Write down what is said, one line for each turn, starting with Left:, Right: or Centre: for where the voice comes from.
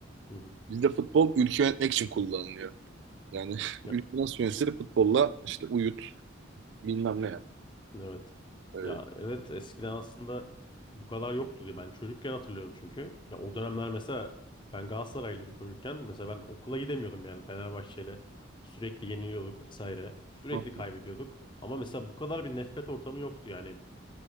Left: Hı hı.
Right: bizde futbol ülke yönetmek için kullanılıyor. Yani <laughs>
Left: Ya,
Right: ülke nasıl yönetilir futbolla işte uyut bilmem ne yap.
Left: evet.
Right: Ee,
Left: Ya evet eskiden aslında bu kadar yoktu diye ben çocukken hatırlıyorum çünkü. Ya o dönemler mesela ben Galatasaraylıydım çocukken. Mesela ben okula gidemiyordum yani Fenerbahçe'yle sürekli yeniliyorduk vesaire. Sürekli
Right: ha.
Left: kaybediyorduk. Ama mesela bu kadar bir nefret ortamı yoktu yani